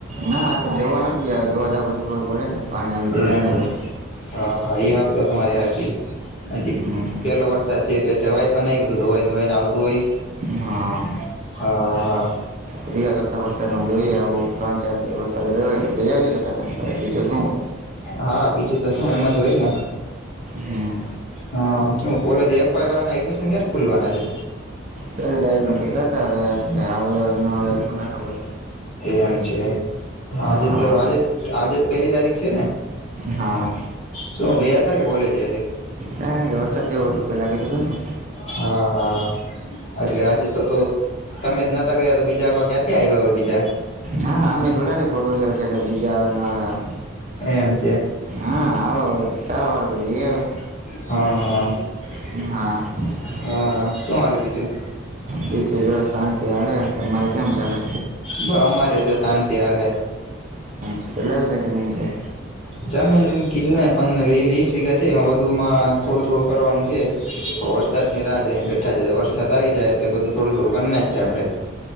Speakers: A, on the right; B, on the left.
A: ના આ તો જોવા નથી જ ગયા જોવા પછી ખબર પડે ને. પાણી આવી ગયું
B: એમ
A: નથી આવ્યું
B: હા હા એ વાત હોય તમારી હાચી. હ
A: હમ
B: પેલો વરસાદ છે એટલે જવાય પણ નઈ બધું ધોવાય ધોવાય ને આવતું હોય.
A: હા.
B: હા.
A: ત્રીયા ચોથા વરસાદમાં જોઈએ આવો ત્રણ ચાર દિવસ સજરેયો હોય તો જઈ આવીએજ તો પસંદ કરે બીજું શું હોય.
B: હા બીજું તો શું એમાં જોઈ ના.
A: હમ
B: હા કે કોલેજ એફ વાળા એડમિશન ક્યારે ખુલવાના છે.
A: પેલી તારીખ કીધા હતા હવે આજે આવજાવ ન આવ કોને ખબર.
B: એમ છે આજે
A: હા
B: તો આજે આજે જ પેલી તારીખ છે ને.
A: હા.
B: શું ગયા હતા કે કોલેજ આજે.
A: હા વરસાદ જેવું હતુ પેલા કીધું હતું ને
B: હા હા એટલે આજે તો તો તમે જ નતા ગયા તો બીજા ક્યાંથી આવ્યા હોય બીજા
A: હા અમે થોડાક પ્રોફેસર છે એટલે બીજા આવે ન આવે.
B: એમ છે.
A: હા <inaudible> ચાવા વાળ તો જઈ આવે.
B: <inaudible>
A: <inaudible>
B: હા શું હાલે બીજું?
A: બીજું જો શાંતિ હાલે તમારે કેમ ચાલે?
B: બ અમારે જો શાંતિ હાલે.
A: કેટલા વીગા જમીન છે?
B: જામીન કીધું ને પણ વીસ વીઘા છે એમાં બધું માં થોડું થોડું કરવાનું છે. વરસાદ ની રાહ જોઈને બેઠા છે વરસાદ આવી જાય એટલે બધું થોડું થોડું કરના જ છે આપડે.